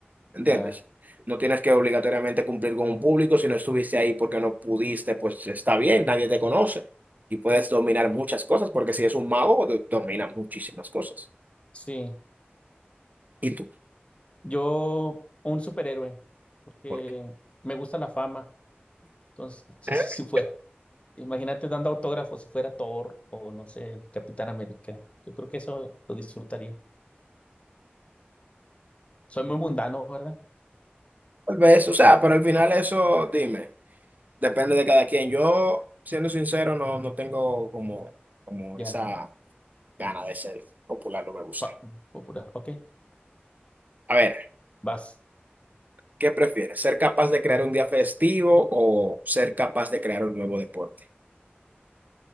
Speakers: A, on the right; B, on the left.
A: ¿Entiendes?
B: ya,
A: No tienes que obligatoriamente cumplir con un público. Si no estuviste ahí porque no pudiste, pues está bien, nadie te conoce. Y puedes dominar muchas cosas porque si es un mago, do- domina muchísimas cosas.
B: sí.
A: ¿Y tú?
B: Yo, un superhéroe, porque
A: ¿Por qué?
B: me gusta la fama Entonces, <laughs> entonces
A: Eh,
B: sí fue. Imagínate dando autógrafos si fuera Thor o no sé, Capitán América. Yo creo que eso lo disfrutaría. Soy muy mundano, ¿verdad?
A: Tal vez, o sea, pero al final eso, dime. Depende de cada quien. Yo, siendo sincero, no, no tengo como, como
B: Ya,
A: esa gana de ser popular, no me gusta.
B: fa- popular. Ok,
A: A ver,
B: vas.
A: ¿qué prefieres? ¿Ser capaz de crear un día festivo o ser capaz de crear un nuevo deporte?